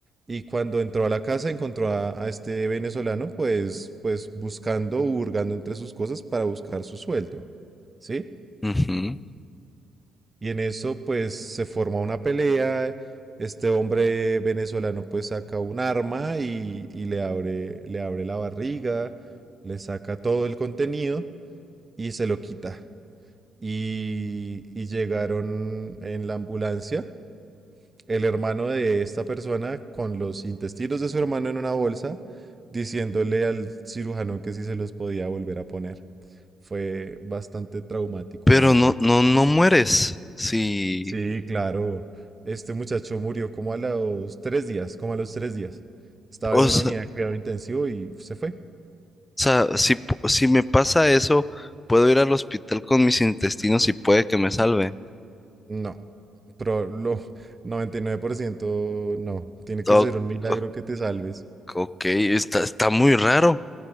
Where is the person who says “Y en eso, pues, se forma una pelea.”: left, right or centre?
Right